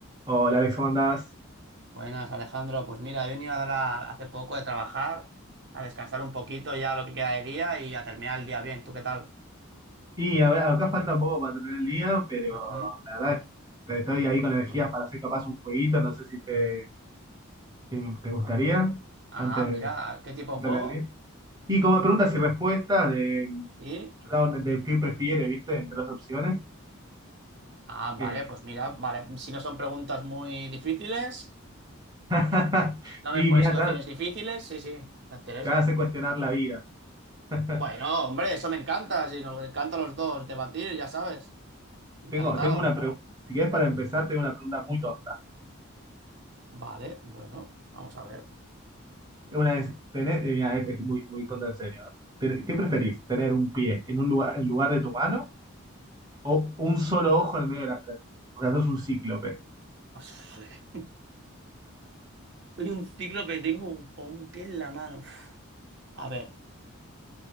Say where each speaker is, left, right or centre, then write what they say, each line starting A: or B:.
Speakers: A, on the right; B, on the right.
A: Hola Alex, ¿cómo andás?
B: Buenas, Alejandro. Pues mira, he venido ahora hace poco de trabajar, a descansar un poquito ya lo que queda de día y a terminar el día bien. ¿Tú qué tal?
A: Y a ver, acá falta un poco para terminar el día, pero
B: Ujú.
A: la verdad es que estoy ahí con energías para hacer capaz un jueguito, no sé si te, te, te gustaría
B: Ah,
A: antes
B: mira,
A: de
B: ¿qué tipo de
A: terminar
B: juego?
A: el día. Y como preguntas y respuestas de,
B: Sí.
A: yo la- de qué prefieres, ¿viste? Entre las opciones.
B: Ah,
A: eh,
B: vale, pues mira, vale. Si no son preguntas muy difíciles,
A: <laughs>
B: no
A: y
B: me pones
A: mira,
B: situaciones
A: te, van a- te
B: difíciles. Sí, sí, me interesa.
A: van a hacer cuestionar la vida. <laughs>
B: Bueno, hombre, eso me encanta. Si nos encanta a los dos debatir, ya sabes. Encantado.
A: Tengo, tengo una pregunta, si querés para empezar, tengo una pregunta muy tonta.
B: Vale, bueno, vamos a ver.
A: Una vez, tener, eh, mira, este es muy, muy tonta en serio, ¿no? Ten- ¿Qué preferís? ¿Tener un pie en un lugar, en lugar de tu mano o un solo ojo en el medio de la frente? O sea, sos un cíclope.
B: <laughs> Soy un ciclo que tengo un, un pie en la mano. Uf. A ver.